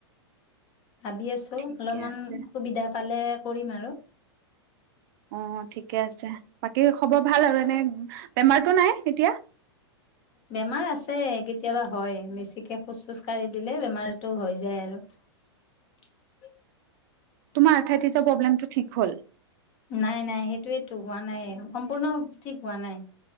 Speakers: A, on the left (about 45°); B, on the right (about 50°).
A: ভাবি আছো
B: ঠিকে
A: অলপমান
B: আছে
A: সুবিধা পালে কৰিম আৰু
B: অ ঠিকে আছে বাকী খবৰ ভাল আৰু মানে বেমাৰটো নাই এতিয়া
A: বেমাৰ আছে কেতিয়াবা হয় মেছিকে খোজ চোজ কাঢ়ি দিলে বেমাৰটো হৈ যায় আৰু
B: তোমাৰ থাইটিছৰ প্ৰব্লেমটো ঠিক হ'ল
A: নাই নাই সেইটোয়েতো হোৱা নাই সম্পূৰ্ণ ঠিক হোৱা নাই